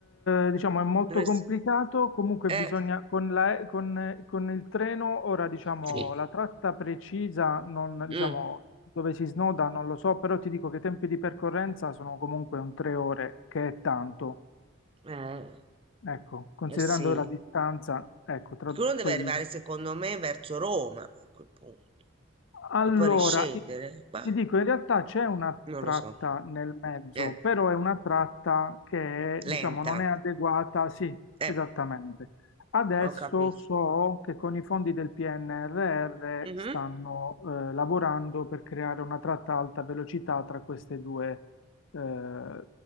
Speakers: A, on the left; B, on the right.
A: eh, diciamo è molto
B: Dovresti...
A: complicato, comunque
B: Eh.
A: bisogna con la, con, con il treno, ora diciamo
B: Sì.
A: la tratta precisa, non, diciamo
B: Mm.
A: dove si snoda non lo so, però ti dico che i tempi di percorrenza sono comunque un tre ore, che è tanto.
B: Eh,
A: Ecco, considerando
B: eh sì,
A: la distanza, ecco, tra,
B: perché uno deve
A: poi
B: arrivare
A: il-
B: secondo me verso Roma a quel punto
A: Allora,
B: e poi riscendere,
A: i-
B: ma
A: ti dico, in realtà c'è una
B: non
A: tratta
B: lo so.
A: nel mezzo,
B: Eh,
A: però è una tratta che, diciamo,
B: lenta,
A: non è adeguata. Sì,
B: eh,
A: esattamente. Adesso
B: ho capito.
A: so che con i fondi del PNRR
B: Mhm.
A: stanno eh, lavorando per creare una tratta a alta velocità tra queste due eh,